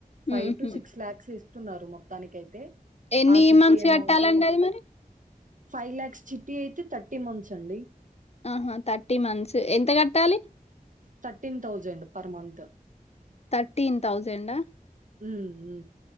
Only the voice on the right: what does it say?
ఫైవ్
టు సిక్స్ లాక్స్ టున్నారు మొత్తానికయితే
ఆ చిట్టి
అమౌంట్
ఫైవ్ లాక్స్ చిట్టీ అయితే థర్టీ మంత్స్ అండి
thirteen thousand per month
ఉ ఉ